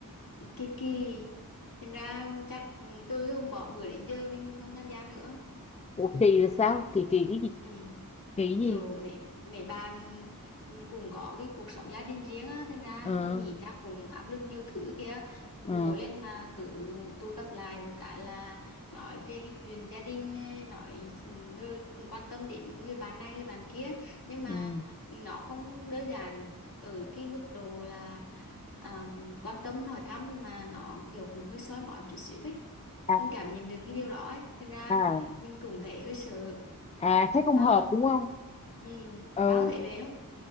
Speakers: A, on the left (about 75°); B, on the left (about 20°).
A: kỳ kỳ thành ra chắc từ hôm bỏ bữa đến giờ mình không tham gia nữa
B: ủa kỳ là sao?
A: kiểu
B: Kỳ kỳ cái gì?
A: ừ.
B: Kỳ gì?
A: kiểu mẹ mẹ bạn cũng có cái cuộc sống gia đình riêng á thành ra
B: Ờ
A: nhỉ chắc cũng áp lực nhiều thứ kia mỗi
B: ờ
A: lần mà cứ tụ tập lại một cái là nói về cái chuyện gia đình nói ừ, rồi quan tâm đến người bạn này người bạn kia nhưng mà
B: ừ.
A: nó không đơn giản ở cái mức độ là à, quan tâm hỏi thăm mà nó kiểu cũng hơi soi mói một chút xíu ấy
B: À,
A: mình cảm nhận được cái điều đó ấy thành ra
B: à
A: mình cũng thấy hơi sợ
B: à thế không
A: bà
B: hợp
A: có-
B: đúng không?
A: ừ,
B: Ừ
A: bà có thể về không